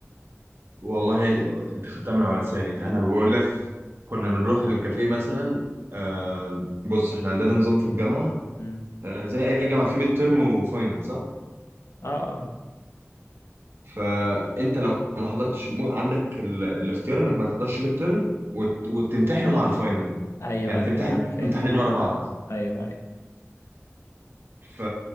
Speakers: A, on the right; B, on the left.
A: والله انت خدتها من على لساني انا بقول لك كنا بنروح الكافيه مثلا آم، بص احنا عندنا نظام في الجامعه
B: مم.
A: آه، زي اي جامعه في ميد ترم وفاينل صح
B: اه اه
A: فانت لو ما حضرتش مو- عندك ال... الاختيار انك ما تحضرش ميد ترم وت... وتمتحنه مع الفاينل
B: ايوه
A: يعني
B: ايوه
A: تمتحن
B: ما انا فاهم
A: امتحانين
B: ال...
A: ورا بعض
B: ايوه ايوه
A: ف...